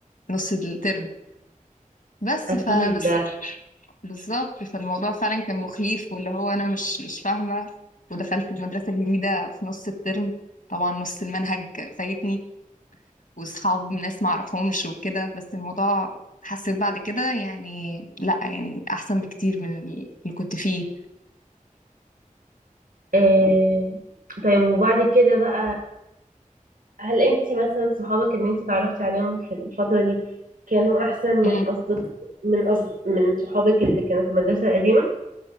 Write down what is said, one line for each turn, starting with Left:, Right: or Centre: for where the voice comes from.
Left: في نص الترم بس
Right: اكيد
Left: فبس بالظبط فالموضوع فعلا كان مخيف واللي هو أنا مش مش فاهمة ودخلت المدرسة الجديدة في نص الترم طبعا نص المنهج فايتني وصحاب ناس ما اعرفهمش وكده بس الموضوع حسيت بعد كده يعني لا يعني احسن بكتير من اللي كنت فيه
Right: آه طيب وبعد كده بقى هل انت مثلا صحابك اللي انت اتعرفتي عليهم في الفترة دي كانوا احسن من
Left: مم.
Right: أصدق من أصد... من صحابك اللي كانوا في المدرسة القديمة